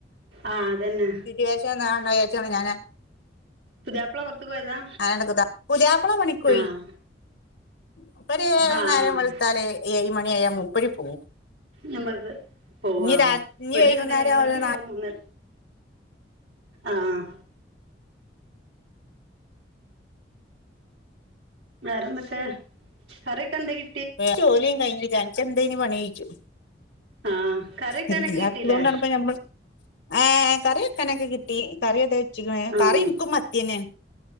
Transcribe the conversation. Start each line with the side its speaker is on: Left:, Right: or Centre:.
Right: ആഹ് അതന്നെ.
Left: സിറ്റുവേഷൻ താവണ്ടാ വിചാരിച്ചാണ് ഞാൻ
Right: പുതിയാപ്പള പൊറത്ത്ക്ക് പോയതാ
Left: അങ്ങനെ <unintelligible> പുതിയാപ്ല പണിക്കോയി.
Right: ആഹ്
Left: മൂപ്പെര്
Right: ആഹ്
Left: ന്നേരേം
Right: ആഹ്
Left: വെളുത്താല് ഏയ് മണിയായ മൂപ്പെര് പോവും.
Right: ഞമ്മൾത് പോവാണ്
Left: ഇനി രാത്രി ഇനി
Right: ഇവടിം
Left: വൈകുന്നേരം
Right: അങ്ങൻത്തെന്നെ ഏഴ് മണിക്ക്
Left: ഒരു
Right: പോവും ഒന്ന് ആഹ് വേറെന്തൊക്കെ കറിയൊക്കെ എന്തെകി
Left: വെറെ ജോലിം കഴ്‌ഞ്ഞില അൻക്ക് എന്തേനു പണിയോയ്ച്ചും.
Right: ആഹ് കറി വെക്കാനൊക്കെ
Left: ഇത് ഇല്ലാത്തതോണ്ടാണ്
Right: കിട്ടീല്ലേ
Left: ഇപ്പൊഞമ്മെള് ഏഹ് കറിവെക്കാനൊക്കെ കിട്ടി കറിക്കെ വെച്ച്ക്ക്ണ്
Right: ആഹ്
Left: കറിഇൻക്കും മത്തിയെന്നെ.